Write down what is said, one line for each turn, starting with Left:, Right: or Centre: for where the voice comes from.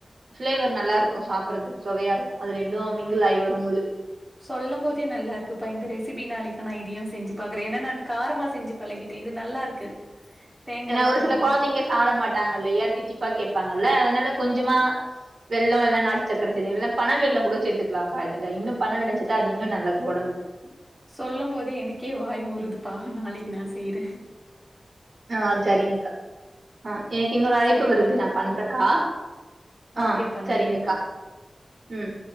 Right: ஃபிளேவர் நல்லா இருக்கும் சாப்பறதுக்கு சொவையா இருக் அது ரெண்டும் மிங்கலாயி வருமோது
Centre: சொல்லம் போதே நல்லா இருக்குப்பா இந்த ரெசிபி நாளைக்கு நான் இதையும் செஞ்சி பாக்கறன் ஏனா நா காரமா செஞ்சி பழகிட்டன் இது நல்லா இருக்கு தேங்கால்லா
Right: ஏனா ஒரு
Centre: போடுறது
Right: சில கொழந்தைங்க சாப்ட மாட்டாங்க இல்லயா தித்திப்பா கேப்பாங்க இல்ல அதனால கொஞ்சமா வெள்ளம் இல்லனா நாட்டு சக்கர சேத் இல்லனா பண வெள்ளம் கூட சேத்துக்கலாக்கா இதுல இன்னும் பண வெள்ளம் சேத் தா அது இன்னும் நல்லது ஒடம்புக்கு
Centre: சொல்லம் போதே எனக்கே வாய் ஊருதுப்பா நாளைக்கி நா செய்யறன்
Right: ஆ சரிங்கக்கா ஆ எனக்கு இன்னொரு அழைப்பு
Centre: சரிப்பா
Right: வருது நா பண்றக்கா ஆ
Centre: ஓகேப்பா
Right: செரிங்கக்கா
Centre: நன்றிப்பா
Right: ம்